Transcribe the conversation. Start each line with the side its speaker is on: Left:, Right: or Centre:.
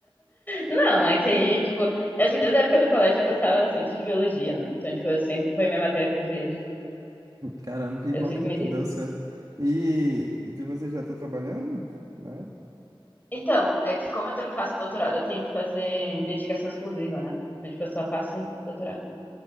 Left: Não, é que aí, tipo, acho que desde a época do colégio eu gostava bastante de biologia, né? Então, tipo, eu sempre foi minha matéria preferida.
Right: Caramba, que
Left: Eu
Right: bom
Left: sempre
Right: que
Left: me
Right: tu-
Left: dei.
Right: deu certo. E, e tu- você já tá trabalhando? Né?
Left: Então, é que como eu tra- faço doutorado, eu tenho que fazer dedicação exclusiva, né? Então, tipo, eu só faço doutorado.